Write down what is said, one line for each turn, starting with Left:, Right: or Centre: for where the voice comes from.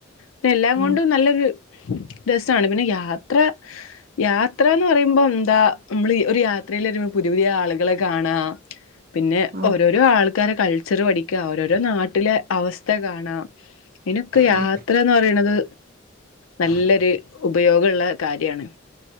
Left: ഇപൊ എല്ലാം
Right: ഉം
Left: കൊണ്ടും നല്ലൊരു രസമാണ് പിന്നെ യാത്ര യാത്ര എന്ന് പറയുമ്പോൾ എന്താ നമ്മൾ ഒരു യാത്രയിൽരുപോൾ പുതയ പുതിയ ആളുകളെ കാണാ പിന്നെ
Right: ഉം
Left: ഓരോരോ ആൾക്കാര കൾച്ചർ പഠിക്കുക ഓരോരോ നാട്ടിലെ അവസ്ഥ കാണാം അയിനൊക്കെ യാത്ര
Right: ഉം
Left: എന്ന് പറയുന്നത് നല്ലൊരു ഉപയോഗള്ള കാര്യാണ്